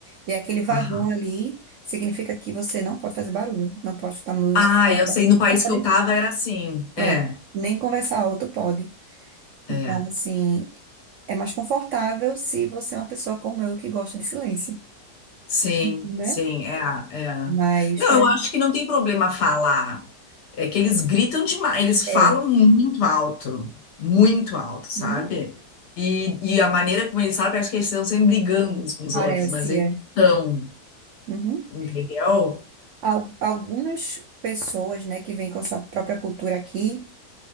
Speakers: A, on the right; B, on the left.
A: E é aquele vagão
B: Aham.
A: ali significa que você não pode fazer barulho, não pode escutar música,
B: Ah, eu sei, no país
A: não pode,
B: que eu tava era assim.
A: pronto,
B: É,
A: nem conversar alto pode.
B: é.
A: Então, assim, é mais confortável se você é uma pessoa como eu que gosta de silêncio,
B: Sim,
A: né?
B: sim, é, é.
A: Mas,
B: Não,
A: por
B: eu
A: exemplo,
B: acho que não tem problema falar. É que eles gritam demais, eles falam
A: é,
B: muito alto, muito alto, sabe?
A: uhum,
B: E, e a maneira como eles falam parece que eles estão sempre brigando uns com os
A: parece,
B: outros, mas eles
A: é.
B: não
A: Uhum.
B: estão, entendeu?
A: Al- Algumas pessoas, né, que vêm com a sua própria cultura aqui,